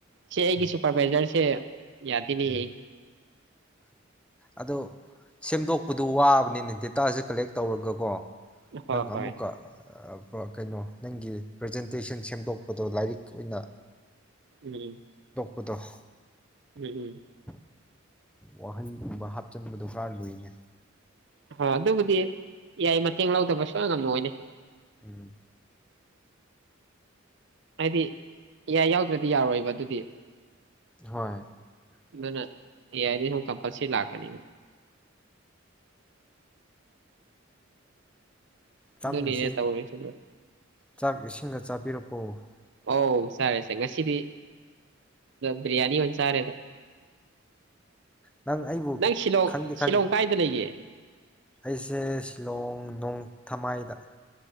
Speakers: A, on the right; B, in the centre.
A: ꯁꯤ ꯑꯩꯒꯤ
B: ꯎꯝ
A: ꯁꯨꯄꯔꯚꯥꯏꯖꯔꯁꯦ ꯌꯥꯗꯤꯅꯤꯌꯦ
B: ꯎꯝ ꯑꯗꯣ ꯁꯦꯝꯗꯣꯛꯄꯗꯨꯣ ꯋꯥꯕꯅꯤꯅꯦ ꯗꯦꯇꯥꯁꯦ ꯀꯂꯦꯛ ꯇꯧꯔꯒꯀꯣ
A: ꯍꯣꯏ
B: ꯅꯪ
A: ꯍꯣꯏ
B: ꯑꯃꯀꯥ ꯀꯩꯅꯣ ꯅꯪꯒꯤ ꯄ꯭ꯔꯖꯦꯟꯇꯦꯁꯟ ꯁꯦꯝꯗꯣꯛꯄꯗꯣ ꯂꯥꯏꯔꯤꯛ ꯑꯣꯏꯅ
A: ꯎꯝ
B: ꯀꯨꯗꯣꯡ
A: ꯎꯝ ꯎꯝ
B: ꯋꯥꯍꯟꯒꯨꯝꯕ ꯍꯥꯞꯆꯤꯟꯕꯗꯣ ꯈꯔ ꯂꯨꯏꯅꯦ
A: ꯍ ꯑꯗꯨꯕꯨꯗꯤ ꯌꯥꯏ ꯃꯇꯦꯡ ꯂꯧꯗꯕꯁꯨ ꯑꯉꯝꯅꯅꯦ
B: ꯎꯝ
A: ꯍꯥꯏꯗꯤ ꯏꯏ ꯌꯥꯎꯗ꯭ꯔꯗꯤ ꯌꯥꯔꯣꯏꯕ ꯑꯗꯨꯗꯤ
B: ꯍꯣꯏ
A: ꯅꯅ ꯌꯥꯗꯤ ꯍꯨ ꯀ ꯄꯁꯤ ꯂꯥꯛꯀꯅꯤ
B: ꯆꯥꯛꯁꯤ
A: ꯑꯗꯨꯅꯤꯅꯦ ꯇꯧꯔꯤꯁꯤ ꯕ꯭ꯔꯣ
B: ꯆꯥꯛ ꯏꯁꯤꯡꯒ ꯆꯥꯕꯤꯔ ꯎꯝ
A: ꯑꯧ ꯆꯥꯔꯦ ꯁꯦ ꯉꯁꯤꯗꯤ ꯕ꯭ꯔꯤꯌꯥꯅꯤ ꯑꯣꯏꯅ ꯆꯥꯔꯦꯗ
B: ꯅꯪ ꯑꯩꯕꯨ
A: ꯅꯪ ꯁꯤꯂꯣꯡ
B: ꯈꯪꯗꯤ
A: ꯁꯤꯂꯣꯡ
B: ꯈꯪꯉꯤ
A: ꯀꯥꯏꯗ ꯂꯩꯒꯦ
B: ꯑꯩꯁꯦ ꯁꯤꯂꯣꯡ ꯅꯣꯡ ꯊꯃꯥꯏꯗ